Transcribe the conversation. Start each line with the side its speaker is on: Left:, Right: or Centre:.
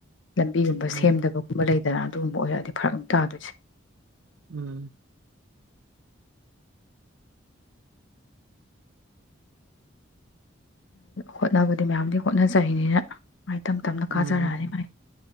Left: ꯂꯝꯕꯤꯒꯨꯝꯕ
Right: ꯎꯝ
Left: ꯁꯦꯝꯗꯕꯒꯨꯝꯕ ꯂꯩ ꯑꯗꯨꯗꯅ ꯑꯗꯨꯒꯨꯝꯕ ꯑꯣꯏꯔꯛꯑꯗꯤ ꯐꯔꯛ ꯑꯗꯨꯝ ꯇꯥꯗꯣꯏꯁꯦ
Right: ꯎꯝ
Left: ꯍꯣꯠꯅꯕꯗꯤ ꯃꯌꯥꯝꯗꯤ ꯍꯣꯠꯅꯖꯩꯅꯤꯅ ꯃꯥꯏ ꯇꯝ ꯇꯞꯅ
Right: ꯎꯝ
Left: ꯀꯥꯖꯔꯛꯑꯅꯤ ꯃꯥꯥꯏ